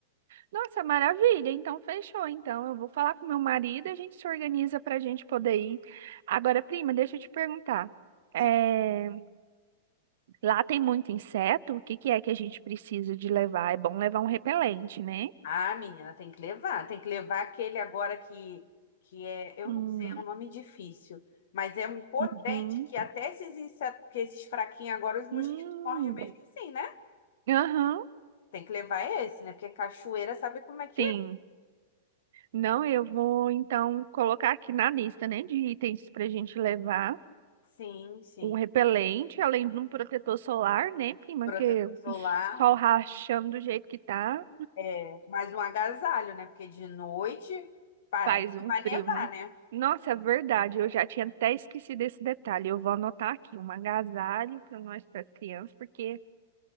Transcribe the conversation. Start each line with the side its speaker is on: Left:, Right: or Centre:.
Right: Nossa, maravilha. Então fechou. Então eu vou falar com meu marido e a gente se organiza pra gente poder ir. Agora, prima, deixa eu te perguntar. É,
Left: Sim.
Right: Lá tem muito inseto? O que que é que a gente precisa de levar? É bom levar um repelente, né?
Left: Ah, menina, tem que levar. Tem que levar aquele agora que, que é, eu
Right: Hum,
Left: não sei, é um nome difícil, mas é um potente
Right: Uhum.
Left: que até esses, insetos, que esses fraquinhos agora os mosquitos
Right: Hum.
Left: mordem mesmo assim, né?
Right: Aham,
Left: Tem que levar esse, né? Porque cachoeira sabe como é que
Right: Sim.
Left: é.
Right: Não, eu vou então colocar aqui na lista, né, de itens para a gente levar
Left: Sim, sim.
Right: um repelente, além de um protetor solar, né, prima?
Left: Protetor
Right: Que é o
Left: solar,
Right: sol rachando do jeito que tá,
Left: né? mais um agasalho, né? Porque de noite parece
Right: faz
Left: que
Right: um
Left: vai
Right: frio,
Left: nevar,
Right: né?
Left: né?
Right: Nossa, é verdade, eu já tinha até esquecido esse detalhe. Eu vou anotar aqui um agasalho para nós, para as crianças, porque,